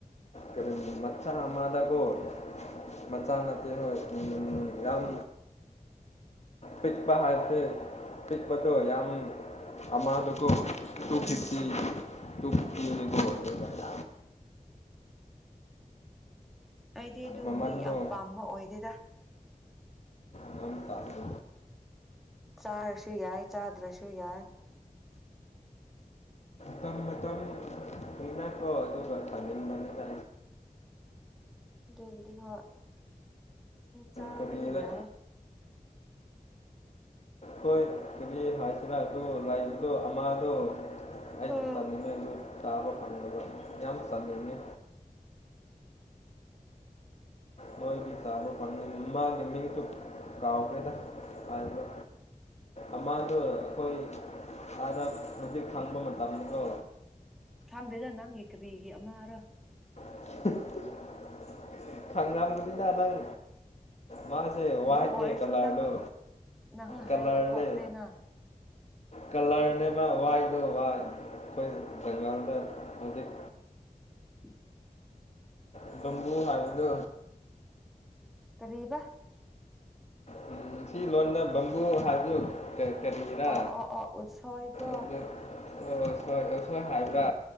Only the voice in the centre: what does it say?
ꯎꯝ
ꯑꯩꯗꯤ ꯑꯗꯨꯕꯨꯗꯤ
ꯌꯥꯝ ꯄꯥꯝꯕ ꯑꯣꯏꯗꯦꯗ
ꯆꯥꯔꯁꯨ ꯌꯥꯏ ꯆꯥꯗ꯭ꯔꯁꯨ ꯌꯥꯏ
ꯗꯕꯗꯤ ꯍ ꯆꯥꯕꯙꯌꯥ
ꯑꯣ
ꯊꯥꯝꯗꯦꯗ ꯅꯪꯒꯤ ꯀꯔꯤꯒꯤ ꯑꯃ ꯑꯔ
ꯑꯗꯨ
ꯑꯣꯏꯔꯁꯨ
ꯅꯪ ꯅꯪ
ꯍꯥꯏꯕ ꯊꯣꯛꯇꯦꯅ
ꯎ
ꯇꯔꯤꯕ
ꯑꯣ ꯑꯣ ꯑꯣ ꯎꯠꯁꯣꯏꯀꯣ